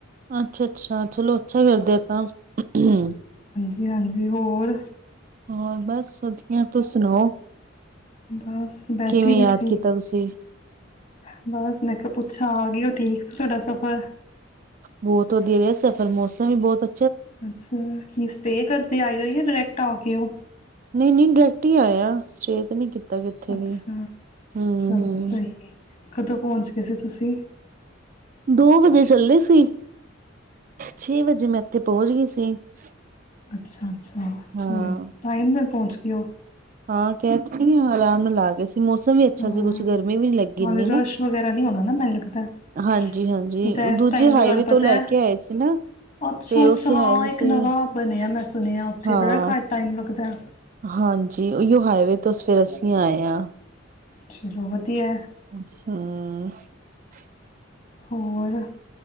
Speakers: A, on the right; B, on the left.
A: ਅੱਛਾ ਅੱਛਾ, ਚਲੋ ਅੱਛਾ ਕਰਦੇ ਔ। ਹਾਂ। ਉਂ ਊਂ।
B: ਹਾਂਜੀ। ਜੀ ਹੋਰ।
A: ਹੋਰ ਬਸ ਸਦੀਆ ਤੁਸੀਂ ਸੁਣਾਓ?
B: ਬਸ ਬੈਠੇ
A: ਕਿਵੇਂ
B: ਦੇ
A: ਯਾਦ
B: ਸੀ
A: ਕੀਤਾ
B: ਸੀ
A: ਤੁਸੀਂ?
B: ਬਸ ਮੈਂ ਕਿਹਾ ਪੁੱਛਾਂ ਆ ਗਈ ਉਹ ਠੀਕ ਸੀ ਤੁਹਾਡਾ ਸਫ਼ਰ
A: ਬਹੁਤ ਵਧੀਆ ਰਿਹਾ ਸਫ਼ਰ ਮੌਸਮ ਵੀ ਬਹੁਤ ਅੱਾ
B: ਅੱਛਾ ਕੀ ਸਟੇ ਕਰਦੇ ਆਏ ਹੋ ਜਾਂ ਡਾਇਰੈਕਟ ਆ ਕੇ ਉਹ
A: ਨਹੀਂ ਨਹੀਂ ਡਾਇਰੈਕਟ ਹੀ ਆਇਆ ਸਟੇਅ ਤੇ ਨਹੀਂ ਕੀਤਾ ਤਾ ਕਿੱਥੇ
B: ਅੱਛਾ
A: ਵੀ ਹਮ
B: ਚਲੋ
A: ਹਮ
B: ਸਹੀ ਹੈ ਕਦੋਂ ਪਹੁੰਚ ਗਏ ਸੀ ਤੁਸੀਂ
A: ਦੋ ਵਜੇ ਚੱਲੇ ਸੀ ਛੇ ਵਜੇ ਮੈਂ ਇੱਥੇ ਪਹੁੰਚ ਗਈ ਸੀ ਤੇ
B: ਅੱਛਾ ਅੱਛਾ ਚਲੋ
A: ਹਾਂ
B: ਟਾਈਮ ਨਾਲ ਪਹੁੰਚ <unintelligible>
A: ਹਾਂ ਇਹ ਥੋੜੀ ਨਾ ਅਲਾਰਮ ਲਗਾ ਕੇ ਮੌਸਮ ਵੀ ਅੱਛਾ
B: ਹਾਂ
A: ਸੀ ਕੁਛ ਗਰਮੀ ਵੀ ਨੀ ਲੱਗੀ
B: ਨਾਲੇ
A: ਇਨੀ
B: ਰਸ਼
A: ਨਾ
B: ਵਗੈਰਾ ਨਹੀਂ ਹੋਣਾ ਨਾ ਮੈਨੂੰ ਲੱਗਦਾ
A: ਹਾਂਜੀ ਹਾਂਜੀ
B: ਨਹੀਂ ਤਾਂ ਇਸ
A: ਦੂਜੇ
B: ਟਾਈਮ ਦਾ
A: ਹਾਈਵੇ
B: ਤੁਹਾਨੂੰ ਪਤਾ
A: ਤੋਂ ਲੈ
B: ਹੈ
A: ਕੇ ਆਏ ਸੀ ਨਾ
B: ਅੱਛਾ
A: ਤੇ
B: ਅੱਛਾ
A: ਉੱਥੇ
B: ਹਾਂ
A: ਹਵੇ
B: ਇੱਕ
A: ਤੇ
B: ਨਵਾਂ ਬਣਿਆ ਮੈਂ ਸੁਣਿਆ ਉੱਥੇ
A: ਹਾਂ
B: ਬੜਾ ਘੱਟ ਟਾਈਮ ਲੱਗਦਾ
A: ਹਾਂਜੀ ਉਹੀਓ ਹਾਈਵੇ ਤੋਂਸੀ ਅਸੀਂ ਆਏ ਹਾਂ
B: ਚਲੋ ਵਧੀਆ
A: <unintelligible>
B: ਹੋਰ